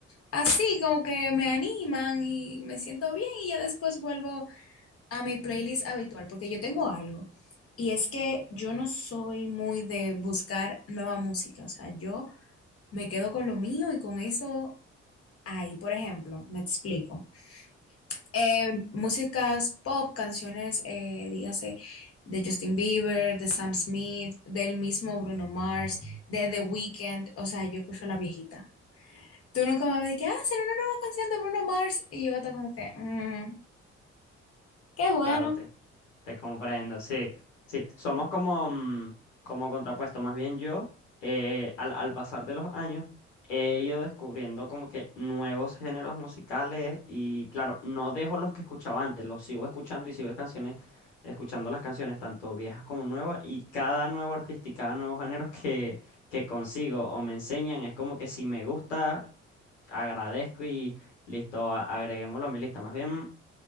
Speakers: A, on the left; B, on the left.
A: Así como que me animan y me siento bien y ya después vuelvo a mi playlist habitual, porque yo tengo algo. Y es que yo no soy muy de buscar nueva música, o sea, yo me quedo con lo mío y con eso ahí, por ejemplo, me explico. Eh, músicas pop, canciones, eh, dígase, de Justin Bieber, de Sam Smith, del mismo Bruno Mars, de The Weeknd, o sea, yo escucho la viejita. Tú nunca me dijiste, ah, será una nueva canción de Bruno Mars. Y yo estaba como que, "Mm, qué bueno.
B: Claro, te, te comprendo, sí, sí, somos como, mm, como contrapuesto, más bien yo, eh, al, al pasar de los años, he ido descubriendo como que nuevos géneros musicales y claro, no dejo los que escuchaba antes, los sigo escuchando y sigo canciones, escuchando las canciones, tanto viejas como nuevas, y cada nuevo artista y cada nuevo género <laughs> que, que consigo o me enseñan, es como que si me gusta, agradezco y listo, a- agreguémoslo a mi lista, más bien.